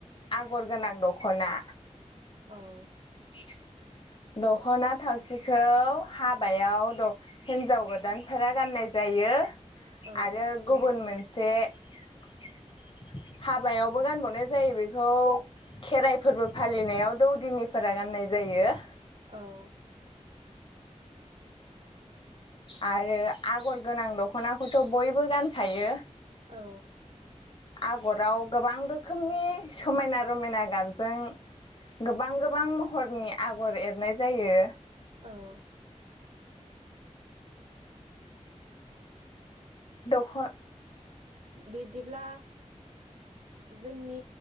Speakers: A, on the left (about 45°); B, on the right (about 65°).
A: आगर गोनां दख'ना
B: औ
A: <inaudible> दख'ना थावसिखौ हाबायाव द हिन्जाव गोदानफोरा गाननाय जायो
B: औ
A: आरो गुबुन मोनसे एसे हाबायावबो गानबावनाय जायो बेखौ खेराइ फोरबो फालिनायाव दौदिनिफोरा गाननाय जायो
B: औ
A: आरो आगर गोनां दख'नाखौथ' बयबो गानखायो
B: औ
A: आगराव गोबां रोखोमनि समायना रमायना गाबजों गोबां गोबां महरनि आगर एरनाय जायो
B: औ
A: दख
B: बिब्दिब्ला जोंनि